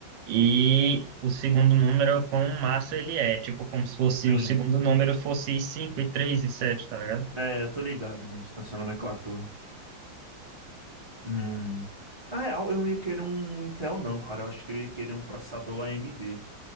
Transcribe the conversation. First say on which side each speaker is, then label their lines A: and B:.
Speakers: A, on the right; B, on the right.
A: e o segundo número é quão massa ele é. Tipo, como se fosse
B: Sim.
A: o segundo número fosse 5 e 3 e sete tá ligado?
B: É, eu tô ligado nisso, nessa nomenclatura. Hum. Na real, eu não ia querer um Intel, não, cara. Eu acho que eu ia querer um processador AMD.